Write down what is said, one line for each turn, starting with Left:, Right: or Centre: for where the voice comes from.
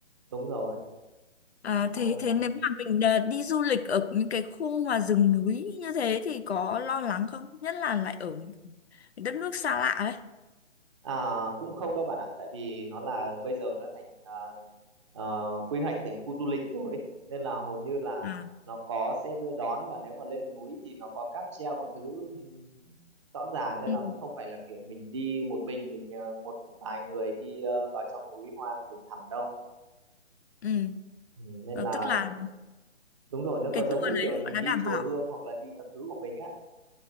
Right: đúng rồi
Left: À,
Right: Ờ,
Left: thế thế nếu mà mình à, đi du lịch ở những cái khu mà rừng núi như thế thì có lo lắng không? Nhất là lại ở những đất nước xa lạ ấy.
Right: À, cũng không đâu bạn ạ, tại vì nó là bây giờ nó thành à, à, quy hoạch thành khu du lịch rồi ấy. Nên là hầu như là
Left: À,
Right: nó có xe đưa đón và nếu mà lên núi thì nó có cáp treo các thứ ừm, rõ ràng nên
Left: ừ,
Right: là cũng không phải là kiểu mình đi một mình mình ờ, một vài người đi ờ, vào trong núi hoang rừng thẳm đâu.
Left: ừ.
Right: Ừ, nên
Left: Ờ,
Right: là
Left: tức là
Right: đúng rồi nó
Left: cái
Right: có
Left: tour
Right: giống như
Left: đấy
Right: kiểu mình
Left: họ đã
Right: đi
Left: đảm
Right: chùa
Left: bảo.
Right: Hương hoặc là đi các thứ của mình á.